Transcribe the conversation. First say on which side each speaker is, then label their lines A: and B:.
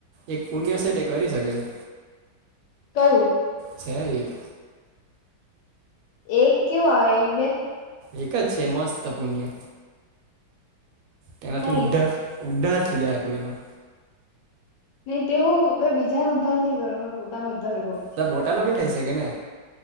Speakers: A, on the right; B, on the left.
A: એક પુણ્ય સેટ એ કરી શકે છે
B: કયું
A: છે એક
B: એક કેવું આવે એક બે
A: એક જ છે મસ્ત પુણ્ય તેનાથી
B: નહી
A: ઉદ્ધાર ઉદ્ધાર થઈ જાય કોઈનો
B: નહી તેવું મેં બીજા નું ઉદ્ધાર ની કરું મે પોતાનો ઉદ્ધાર કરું
A: તાર ગોટા નો બી થઈ શકે ને